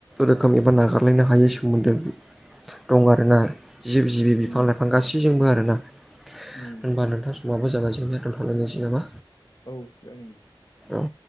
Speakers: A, in the centre; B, on the left.
A: रोखोम एबा नागारलायनो हायै
B: औ
A: सोमोन्दो दं आरोना जिब जिबि
B: उम
A: बिफां लाइफां गासैजोंबो आर ना
B: उम
A: होनबा नोंथां समाबो जानाय जोंनाया दोनथ'लायनोसै नामा?
B: औ जागोन
A: औ